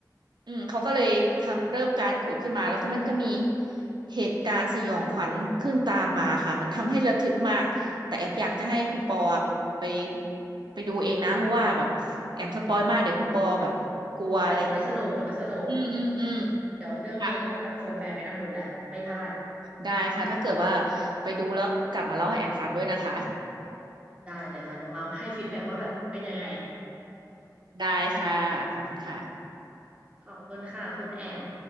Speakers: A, on the right; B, on the right.
A: อืมเขาก็เลยทำเริ่มการขุดขึ้นมาแล้วก็มันก็มีเหตุการณ์สยองขวัญขึ้นตามมาค่ะมันทำให้ระทึกมากแต่แอมอยากจะให้คุณปอไปไปดูเองนะเพราะว่าแบบแอมสปอยมากเดี๋ยวคุณปอแบบกลัวอะไร
B: ใช่เดี๋ยวไม่สนุกเดี๋ยวไม่สนุก
A: อืมอืมอืม
B: เดี๋ยวเรื่องนี้จะต้องแบบชวนแฟนไปนั่งดูแล้วไม่พลาด
A: ค่ะได้ค่ะถ้าเกิดว่าไปดูแล้วกลับมาเล่าให้แอมฟังด้วยนะคะ
B: ได้เลยค่ะเดี๋ยวมาให้ฟีดแบ็กว่าแบบเป็นยังไง
A: ได้ค่ะขอบคุณค่ะ
B: <laughs> ขอบคุณค่ะคุณแอม